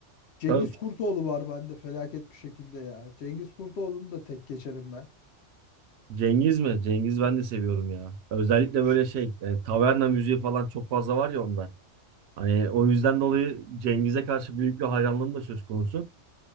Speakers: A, on the left; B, on the right.
A: Cengiz
B: Tabii
A: Kurtoğlu var bende felaket bir şekilde ya. Cengiz Kurtoğlu'nu da tek geçerim ben.
B: Cengiz mi? Cengiz ben de seviyorum ya. Özellikle
A: Ş-
B: böyle şey e, taverna müziği falan çok fazla var ya onda. Hani o yüzden dolayı Cengiz'e karşı büyük bir hayranlığım da söz konusu.